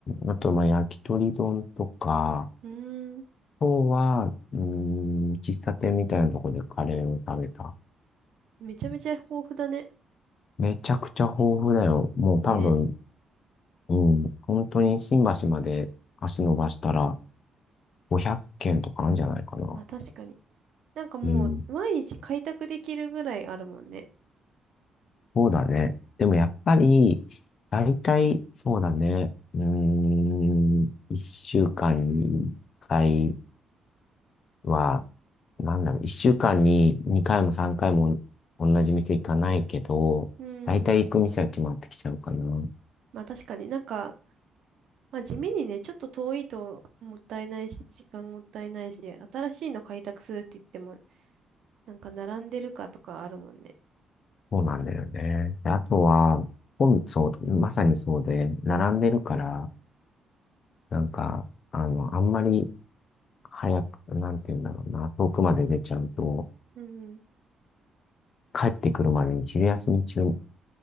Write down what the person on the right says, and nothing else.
うーん。
めちゃめちゃ豊富だね。
ね。
まあ確かに。なんかもう、
毎日開拓できるぐらいあるもんね。
うーん。
まあ確かになんか、まあ地味にね、ちょっと遠いともったいないし、時間もったいないし、新しいの開拓するって言っても、なんか並んでるかとかあるもんね。
うん